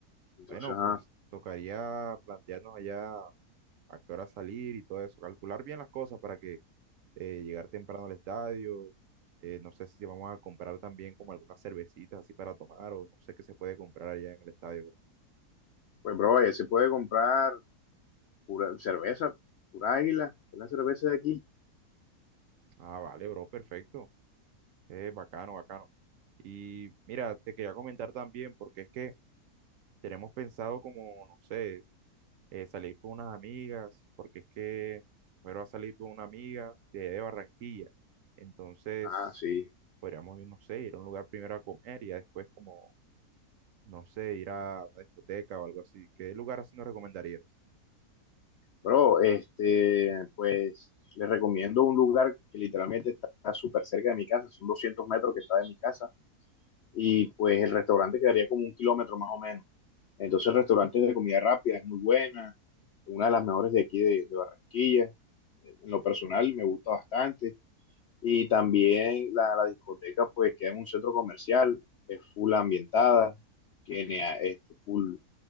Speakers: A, on the left; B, on the right.
A: Entonces,
B: Bueno,
A: ajá,
B: pues tocaría plantearnos allá a qué hora salir y todo eso. Calcular bien las cosas para que eh, llegar temprano al estadio. eh, no sé si vamos a comprar también como algunas cervecitas así para tomar o no sé qué se puede comprar allá en el estadio, bro.
A: pues, bro, ya se puede comprar Pura cerveza, pura águila, es la cerveza de aquí.
B: Ah, vale, bro, perfecto. Eh, bacano, bacano. Y mira, te quería comentar también porque es que... Tenemos pensado como, no sé, eh, salir con unas amigas, porque es que primero va a salir con una amiga de, allá de Barranquilla. Entonces,
A: Ah, sí.
B: podríamos ir, no sé, ir a un lugar primero a comer y ya después como, no sé, ir a una discoteca o algo así. ¿Qué lugar así nos recomendarías?
A: Bro, este, pues les recomiendo un lugar que literalmente está súper cerca de mi casa, son 200 metros que está de mi casa, y pues el restaurante quedaría como un kilómetro más o menos. Entonces el restaurante es de comida rápida, es muy buena, una de las mejores de aquí de, de Barranquilla. En lo personal me gusta bastante. Y también la, la discoteca, pues queda en un centro comercial, es full ambientada, tiene ah, este, full